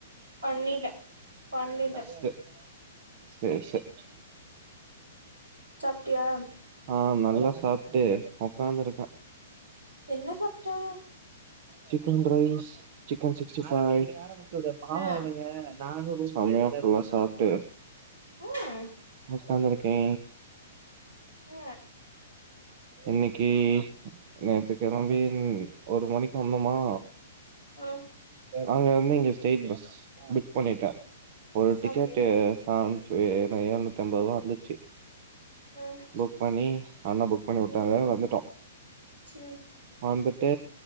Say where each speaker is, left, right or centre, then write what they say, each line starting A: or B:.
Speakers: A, on the right; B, on the right.
A: பண்ணிட்ட பண்ணிட்ட
B: சர் சேர் சேரி
A: சாப்ட்டியா
B: ஆ நல்லா சாப்ட்டு ஒக்காந்துருக்க
A: என்ன சாப்ட
B: chicken rice chicken sixty five பாவ
A: ஆ
B: அவனுங்க நானு ரூ செம்மையா ஃபுல்லா சாப்ட்டு
A: ம்
B: ஸ்காந்து இருக்கே
A: அ
B: இன்னைக்கி நேத்துக்கு நவீன் ஒரு மணிக்கு வந்தோமா
A: ம்
B: அங்கேர்ந்து இங்க ஸ்டெய்ட் பஸ் புக் பண்ணிட்ட ஒரு டிக்கெட்டு
A: ஓகே
B: அ அனுச்சி என் எழுநூத்தி அம்பது ரூவா வந்துச்சு
A: ம்
B: புக் பண்ணி அண்ண புக் பண்ணி வுட்டாங்க
A: ம்
B: வந்துட்டோ
A: ம்
B: வந்துட்டு